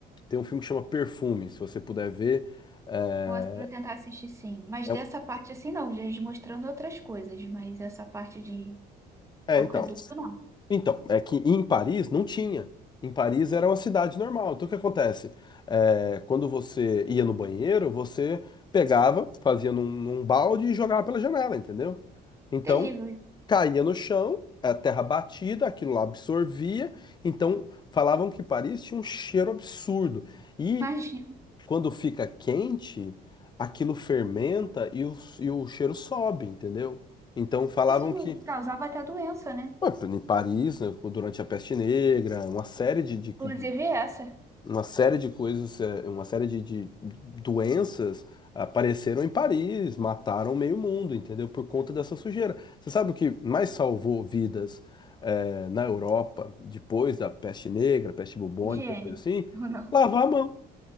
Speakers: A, on the left (about 25°); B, on the right (about 15°).
A: Tem um filme que chama Perfume, se você puder ver. É,
B: Vou vou tentar assistir sim, mas
A: é,
B: dessa
A: um,
B: parte assim não, já eles mostrando outras coisas, mas essa parte de
A: é,
B: aqueduto
A: então.
B: não,
A: Então, é que em Paris não tinha. Em Paris era uma cidade normal. Então o que acontece? É, quando você ia no banheiro, você pegava, fazia num, num balde e jogava pela janela, entendeu? Então
B: terrível,
A: caía no chão, a terra batida, aquilo lá absorvia. Então falavam que Paris tinha um cheiro absurdo. E
B: imagina.
A: quando fica quente, aquilo fermenta e o, e o cheiro sobe, entendeu? Então falavam
B: Isso não
A: que
B: causava até doença, né?
A: Pô, Em Paris, né, durante a Peste Negra, uma série de, de- de-
B: Inclusive essa,
A: uma série de coisas, eh, uma série de, de doenças apareceram em Paris, mataram meio mundo, entendeu? Por conta dessa sujeira. Você sabe o que mais salvou vidas, eh, na Europa depois da Peste Negra, peste bubônica,
B: higiene,
A: coisa assim?
B: <laughs> ou não?
A: Lavar a mão.